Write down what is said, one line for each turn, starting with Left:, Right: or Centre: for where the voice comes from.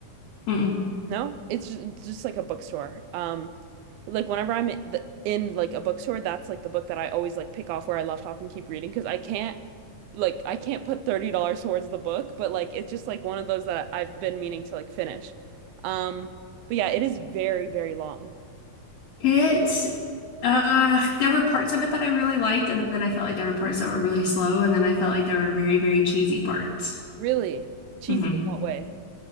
Left: Mm-mm.
Right: No, it's just, it's just like a bookstore. Um, like whenever I'm in, the, in like a bookstore, that's like the book that I always like pick off where I left off and keep reading because I can't like I can't put $30 towards the book, but like it's just like one of those that I've been meaning to like finish. Um, but yeah, it is very, very long.
Left: It, uh, there were parts of it that I really liked, and then I felt like there were parts that were really slow, and then I felt like there were very, very cheesy parts.
Right: Really? Cheesy
Left: hmm
Right: in what way?